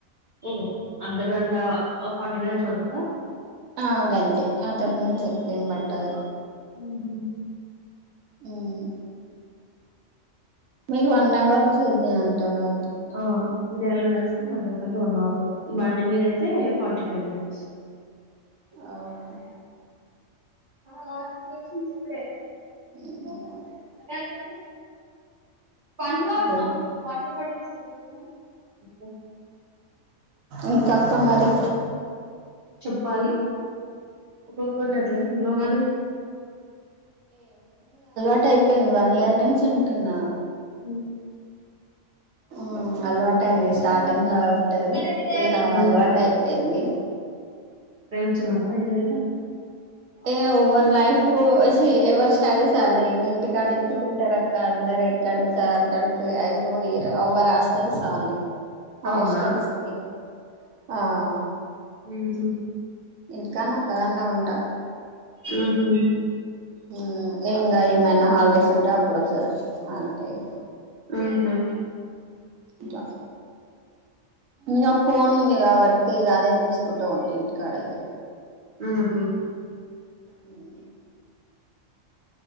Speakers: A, on the right; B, on the right.
A: ఓహో అర్ధగంట ఓ ఫార్టీ మినిట్స్ పడతదా
B: ఆ గంతే అంతకుమించి ఎక్కువ ఏం పట్టదు
A: మ్మ్ హు
B: మ్మ్ మీరు వన్ అవర్ జర్నీ అంటగా
A: ఆ అది ఎలగడానికి నాలుగు వందలకి వన్ అవర్ పడుద్ది బండి మీద అయితే ఫార్టీ ఫైవ్ మినిట్స్
B: అవును
A: అకార్ చూసిందిప్పుడే
B: <inaudible>
A: <unintelligible> పన్ల అన్నం
B: తెలుసు
A: వాటర్ బాటిల్స్ <inaudible>
B: ఇంకక్క మరి
A: చెప్పాలి బోర్ గొట్టట్లే ఇంట్లో మరి
B: అట్ అయిపోయింది వన్ ఇయర్ నుంచి ఉంటున్న
A: మ్మ్
B: మ్మ్ అలవాటయింది స్టార్టింగ్ లా
A: హ్మ్.
B: ఉంటది ఇగ అలవాటయిపోయింది.
A: ఫ్రెండ్స్ ఉన్నారా ఇంటి దగ్గర
B: ఏ ఓవర్లైఫ్ ఓ సి ఎవరి స్టడీస్ ఆళ్ళయి ఇంగింటికాడెందుకుంటరక్క అందరెక్కడెక్క అక్కడ కి ఐ ఓ యిర్ అవ్వ రాస్తల్ <unintelligible> హాస్టల్స్కి
A: అవునా
B: ఆహ్
A: ఉహు
B: ఇంటికాన్నే ఒక్క దాన్నే ఉంటా
A: ఉహు
B: మ్ ఇంగా ఏమైనా హాలిడేస్ ఉంటే అప్పుడు వసారు అంతె ఈగ
A: ఉహు
B: ఇగ ఇంగ ఫోన్ ఉంది కాబట్టి ఈగ అదే చూసుకుంట ఉంటా ఇంటికాడ ఇగ
A: ఊహు
B: మ్